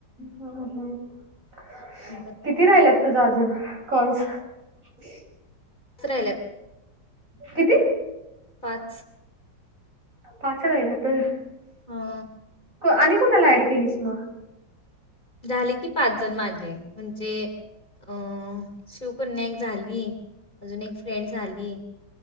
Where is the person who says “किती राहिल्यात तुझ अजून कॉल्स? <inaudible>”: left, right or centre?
Right